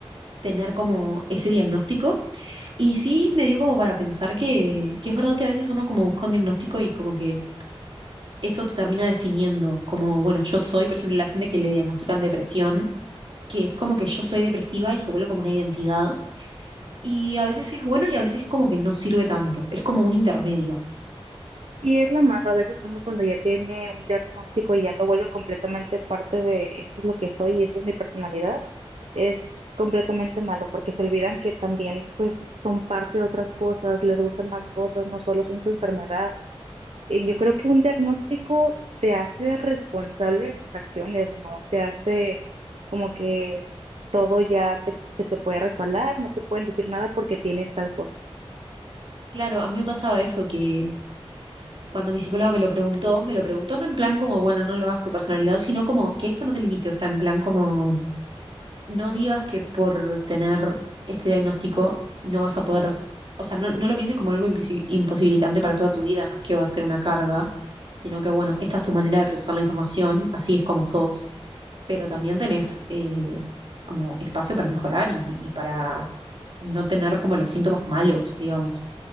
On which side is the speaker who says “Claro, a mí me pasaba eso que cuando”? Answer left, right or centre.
Right